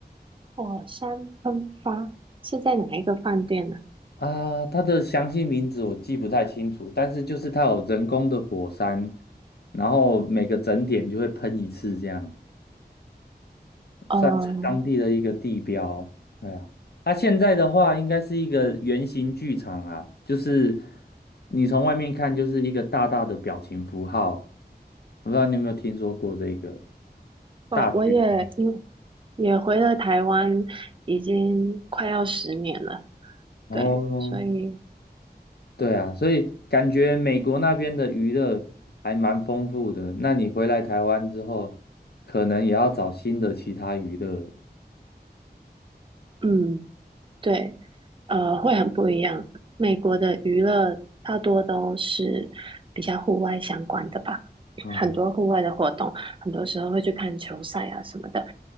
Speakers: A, on the right; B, on the left.
A: 火山喷发是在哪一个饭店呢？
B: 啊？它的详细名字我记不太清楚，但是就是它有人工的火山，然后每个整点就会喷一次这样。
A: 嗯，
B: 算是当地的一个地标。对啊，它现在的话应该是一个圆形剧场啊，就是你从外面看就是一个大大的表情符号，我不知道你有没有听说过这个
A: 哇，
B: 大剧院
A: 我也因为也回了台湾，已经快要十年了。
B: 哦，
A: 对，所以
B: 对啊，所以感觉美国那边的娱乐还蛮丰富的。那你回来台湾之后，可能也要找新的其他娱乐了。
A: 嗯，对，呃，会很不一样。美国的娱乐大多都是比较户外相关的吧，
B: 嗯
A: 很多户外的活动，很多时候会去看球赛啊什么的。